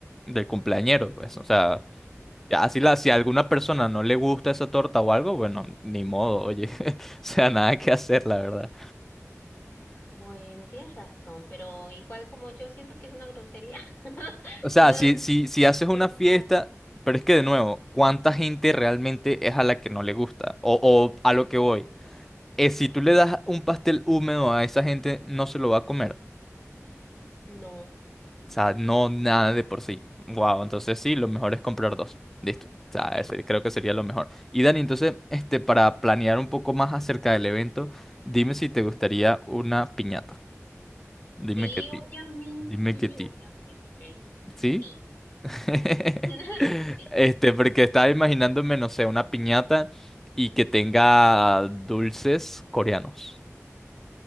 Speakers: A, in the centre; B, on the left.
A: del cumpleañero, pues. O sea, ya si, la, si a alguna persona no le gusta esa torta o algo, bueno, ni modo, oye. <laughs> O sea, nada que hacer, la verdad.
B: Bueno, tienes razón, pero igual como yo siento que es una grosería, <laughs>
A: O sea,
B: no,
A: si, si,
B: no
A: si haces
B: se sentir
A: una fiesta,
B: mal.
A: pero es que de nuevo, ¿cuánta gente realmente es a la que no le gusta? O, o a lo que voy. Eh, si tú le das un pastel húmedo a esa gente, no se lo va a comer.
B: No,
A: O sea, no nada de por sí. Wow, entonces sí, lo mejor es comprar dos. Listo. O sea,
B: sí.
A: eso creo que sería lo mejor. Y Dani, entonces, este, para planear un poco más acerca del evento, dime si te gustaría una piñata. Dime
B: Sí,
A: que ti.
B: obviamente,
A: Dime
B: sí,
A: que ti.
B: obviamente.
A: ¿Sí?
B: Sí.
A: <laughs>
B: <laughs> Sí.
A: Este, porque estaba imaginándome, no sé, una piñata y que tenga dulces coreanos.